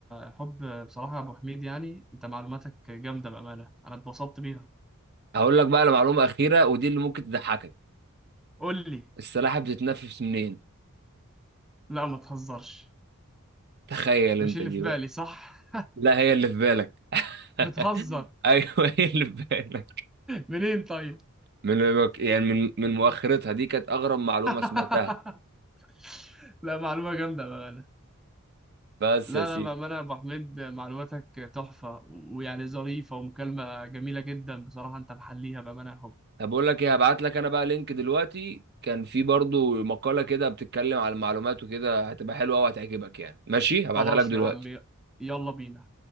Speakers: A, in the centre; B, on the right.
A: حب بصراحة يا أبو حميد يعني أنت معلوماتك جامدة بأمانة أنا اتبسطت بيها
B: هقول لك بقى لمعلومه اخيره ودي اللي ممكن تضحكك
A: قول لي
B: السلاحف بتتنفس منين
A: لا ما تهزرش
B: تخيل
A: مش
B: انت
A: اللي
B: دي
A: في بالي
B: بقى
A: صح
B: لا هي اللي في بالك
A: بتهزر
B: <laughs> ايوه هي اللي في بالك
A: منين طيب
B: من يعني من من مؤخرتها دي كانت اغرب معلومه
A: <laughs>
B: سمعتها
A: لا معلومة جامدة بأمانة
B: بس
A: لا
B: يا سيدي
A: لا بأمانة يا أبو حميد معلوماتك تحفة ويعني ظريفة ومكالمة جميلة جدا بصراحة أنت محليها بأمانة يا حب
B: طب بقول لك ايه هبعت لك انا بقى لينك دلوقتي كان في برضو مقالة كده بتتكلم على المعلومات وكده هتبقى حلوة وهتعجبك يعني ماشي هبعتها
A: خلاص
B: لك دلوقتي
A: يا عمي يلا بينا